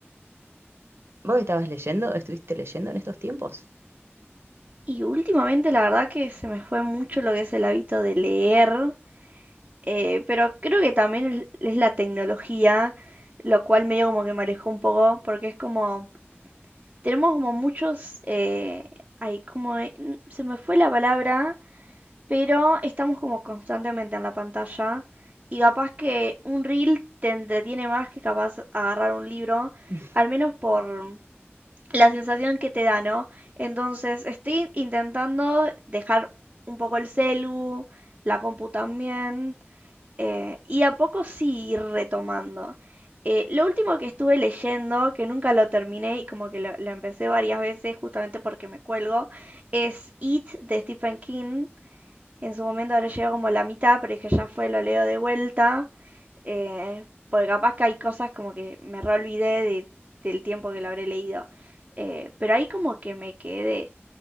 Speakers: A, on the right (about 65°); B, on the right (about 30°).
A: ¿vos estabas leyendo? ¿Estuviste leyendo en estos tiempos?
B: Y últimamente la verdad que se me fue mucho lo que es el hábito de leer. Eh, pero creo que también es, es la tecnología, lo cual medio como que me alejó un poco, porque es como, tenemos como muchos, eh, ay, como, e- n- se me fue la palabra, pero estamos como constantemente en la pantalla y capaz que un reel te entretiene más que capaz agarrar un libro,
A: <laughs>
B: al menos por la sensación que te da, ¿no? Entonces estoy intentando dejar un poco el celu, la compu también eh, y a poco sí ir retomando. Eh, lo último que estuve leyendo, que nunca lo terminé y como que lo, lo empecé varias veces justamente porque me cuelgo, es It de Stephen King. En su momento ahora llegó como a la mitad, pero es que ya fue, lo leo de vuelta. eh, porque capaz que hay cosas como que me reolvidé de- del tiempo que lo habré leído. Eh, pero ahí como que me quedé.